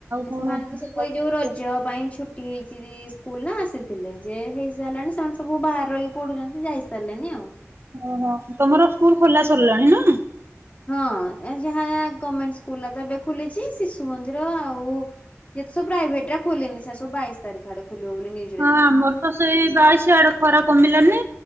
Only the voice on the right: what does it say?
କଣ
ଆଉ କଣ
କୁହ
ଓହୋ ତମର ସ୍କୁଲ ଖୋଲା ସରିଲାଣି ନା?
ହଁ ଆମର ତ ସେଇ ବାଇଶି ଆଡେ ଖରା କମିଲାନି